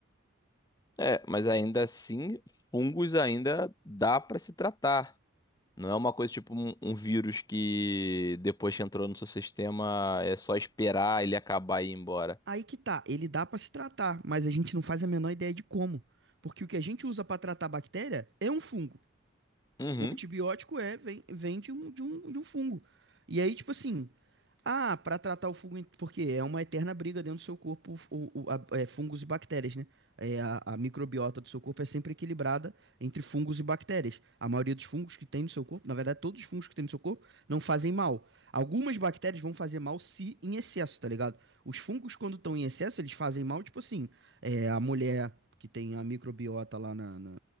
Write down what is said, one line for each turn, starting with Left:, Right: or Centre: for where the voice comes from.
Left: É, mas ainda assim, fungos ainda dá pra se tratar. Não é uma coisa tipo um, um vírus que depois que entrou no seu sistema é só esperar ele acabar e ir embora.
Right: Aí que tá, ele dá pra se tratar, mas a gente não faz a menor ideia de como. Porque o que a gente usa pra tratar a bactéria é um fungo.
Left: Uhum,
Right: O antibiótico é, vem, vem de um, de um, de um fungo. E aí, tipo assim, ah, pra tratar o fungo, em- porque é uma eterna briga dentro do seu corpo, o, o- a- é, fungos e bactérias, né? É, a, a microbiota do seu corpo é sempre equilibrada entre fungos e bactérias. A maioria dos fungos que tem no seu corpo, na verdade, todos os fungos que tem no seu corpo não fazem mal. Algumas bactérias vão fazer mal se em excesso, tá ligado? Os fungos, quando estão em excesso, eles fazem mal, tipo assim, é, a mulher que tem a microbiota lá na- na-